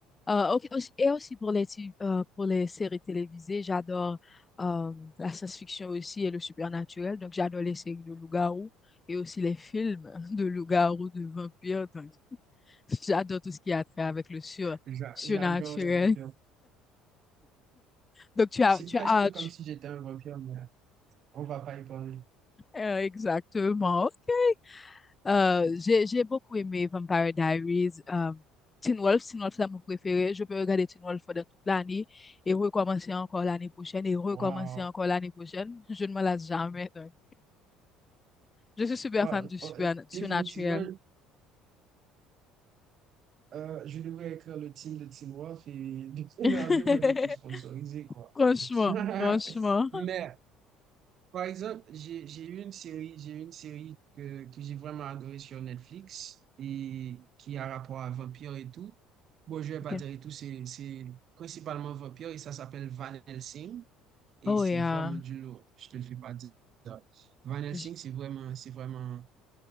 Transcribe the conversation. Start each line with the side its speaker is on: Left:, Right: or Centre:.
Left: Euh, ok, aussi- Et aussi pour les, ti- euh, pour les séries télévisées, j'adore euh, la science-fiction aussi et le surnaturel. Donc, j'adore les séries de loup-garou et aussi les films <laughs> de loup-garou, de vampires. Donc, <laughs> j'adore tout ce qui a trait avec le sur
Right: J'a-
Left: surnaturel.
Right: J'adore les vampires.
Left: Donc, tu as,
Right: C'est
Left: tu
Right: presque
Left: as, tu-
Right: comme si j'étais un vampire, mais on va pas y parler.
Left: euh, exactement, ok. Euh, j'ai, j'ai beaucoup aimé Vampire Diaries. Euh, Teen Wolf, Teen Wolf, c'est mon préféré. Je peux regarder Teen Wolf pendant toute l'année et recommencer encore l'année prochaine et recommencer
Right: Waouh!
Left: encore l'année prochaine. Je ne me lasse jamais. donc. Je suis super
Right: Ouais,
Left: fan du super,
Right: ouais,
Left: surnaturel.
Right: définitivement, Euh, je devrais écrire le team de Teen Wolf et <laughs> leur
Left: <laughs>
Right: demander de te sponsoriser, quoi.
Left: Franchement,
Right: <laughs>
Left: franchement.
Right: Mais, par exemple, j'ai, j'ai eu une série, j'ai eu une série que, que j'ai vraiment adorée sur Netflix et qui a rapport à vampire et tout. Bon, je vais
Left: Ok.
Right: pas dire et tout, c'est, c'est principalement vampire et ça s'appelle Van Helsing et
Left: Oh,
Right: c'est
Left: et
Right: vraiment
Left: euh,
Right: du lourd. Je te le fais pas dire. Van Helsing,
Left: j-
Right: c'est vraiment, c'est vraiment,